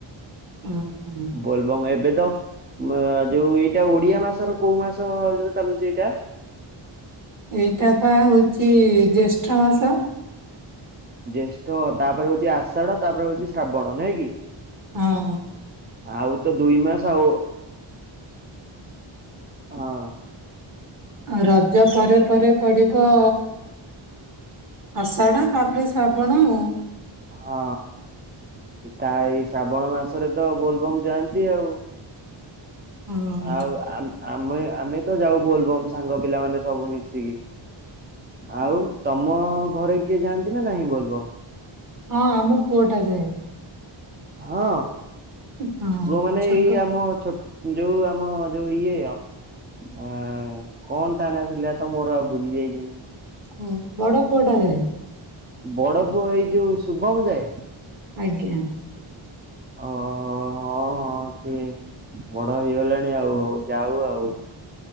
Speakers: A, on the right (about 40°); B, on the right (about 20°).
A: <inaudible>
B: ବୋଲବମ୍ ଏବେ ତ ଯୋଉ ଏଇଟା ଓଡିଆ ମାସର କୋଉ ମାସ ଚାଲୁଚି ଏଇଟା?
A: ଏଇଟାପା ହେଉଚି ଜ୍ୟେଷ୍ଠ ମାସ।
B: ଜ୍ୟେଷ୍ଠ ତାପରେ ହଉଚି ଆଷାଢ ତାପରେ ହଉଚି ଶ୍ରାବଣ ନୁହଁ କି?
A: ହଁ
B: ଆଉ ତ ଦୁଇ ମାସ ଆଉ। ହଁ।
A: ଆଉ ରଜ ପରେ ପରେ ପଡିବ ଆଷାଢ଼ ତାପରେ ଶ୍ରାବଣ ଆଉ।
B: ହଁ ତା ଏଇ ଶ୍ରାବଣ ମାସରେ ତ ବୋଲବମ୍ ଯାଆନ୍ତି ଆଉ।
A: ହଁ।
B: ଆଉ ଆମେ ଆମେ ତ ଯାଉ ବୋଲବମ୍ ସାଙ୍ଗ ପିଲାମାନେ ସବୁ ମିଶିକି। ଆଉ ତମ ଘରେ କିଏ ଯାଆନ୍ତି ନା ନାହିଁ ବୋଲବମ୍?
A: ହଁ ଆମ ପୁଅଟା ଯାଏ।
B: ହଁ
A: ହଁ
B: ପୁଅ ମାନେ
A: ଛୋଟ
B: ଏଇ ଆମ ଛଟ ଯୋଉ ଆମ ଯୋଉ ଇଏ ଅ କଣ ତାନା ଥିଲା ତ ମୋର ଆଉ ଭୁଲି ଯାଇଚି।
A: ହୁଁ ବଡ ପୁଅ ଟା ଯାଏ।
B: ବଡ ପୁଅ ଏଇ ଯୋଉ ଶୁଭମ ଯାଏ?
A: ଆଜ୍ଞା।
B: ଓହୋ ହୋ ହ- କଣ ସଏ ବଡ ହେଇଗଲାଣି ଆଉ ଯାଉ ଆଉ।